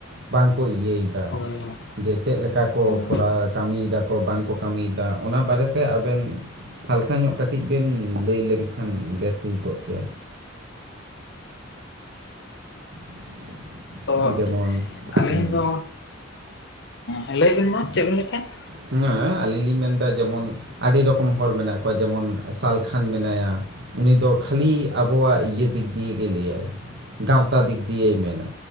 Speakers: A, on the right; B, on the left.
A: ᱵᱟᱝᱠᱚ ᱤᱭᱟᱹᱭᱮᱫᱟ᱾
B: <inaudible>
A: ᱡᱮ ᱪᱮᱫ ᱞᱮᱠᱟ ᱠᱚ
B: ᱦᱳᱭ
A: ᱠᱚᱨᱟᱣ ᱠᱟᱹᱢᱤᱭᱮᱫᱟᱠᱚ ᱵᱟᱝᱠᱚ ᱠᱟᱹᱢᱤᱭᱮᱫᱟ ᱚᱱᱟ ᱵᱟᱨᱮᱛᱮ ᱟᱵᱮᱱ ᱦᱟᱞᱠᱟ ᱧᱚᱜ ᱠᱟᱹᱴᱤᱡ ᱵᱮᱱ ᱞᱟᱹᱭ ᱞᱮᱱᱠᱷᱟᱱ ᱵᱮᱥ ᱦᱩᱭ ᱠᱚᱜ ᱠᱮᱭᱟ᱾ <inaudible>
B: ᱛᱚ
A: ᱡᱮᱢᱚᱱ
B: ᱟᱹᱞᱤᱧ
A: ᱦᱩᱸ
B: ᱫᱚ, ᱦᱮᱸᱞᱟᱹᱭᱵᱤᱱ ᱢᱟ ᱪᱮᱫ ᱵᱤᱱ ᱞᱟᱹᱭ ᱛᱟᱦᱮᱸᱫ?
A: ᱦᱮᱸ ᱟᱹᱞᱤᱧ ᱞᱤᱧ ᱢᱮᱱᱫᱟ ᱡᱮᱢᱚᱱ ᱟᱹᱰᱤ ᱨᱚᱠᱚᱢ ᱦᱚᱲ ᱢᱮᱱᱟᱜ ᱠᱚᱣᱟ ᱡᱮᱢᱚᱱ ᱥᱟᱞᱠᱷᱟᱱ ᱢᱮᱱᱟᱭᱟ᱾ ᱩᱱᱤ ᱫᱚ ᱠᱷᱟᱹᱞᱤ ᱟᱵᱚᱣᱟᱜ ᱤᱭᱟᱹ ᱫᱤᱠ ᱫᱤᱭᱮ ᱜᱮ ᱞᱟᱹᱭᱟᱭ᱾ ᱜᱟᱶᱛᱟ ᱫᱤᱠ ᱫᱤᱭᱮᱭ ᱢᱮᱱᱟ